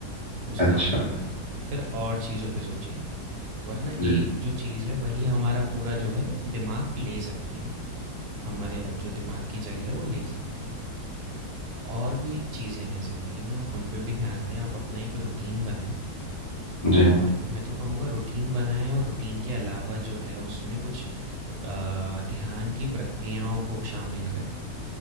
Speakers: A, on the right; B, on the left.
A: उस
B: अच्छा
A: काम के बारे में फिर और चीज़ों पे सोचेंगे वरना
B: जी
A: एक जो चीज़ है वही हमारा पूरा जो है दिमाग ले सकती है हमारे जो दिमाग की जगह है वो ले सकती है और भी चीज़ें हैं ज़िंदगी में आप उन पे भी ध्यान दें आप अपना एक रूटीन बनाएं
B: जी
A: और मैं तो कहूँगा रूटीन बनाएं और रूटीन के अलावा जो है उसमें कुछ अ, ध्यान की प्रक्रियाओं को शामिल करें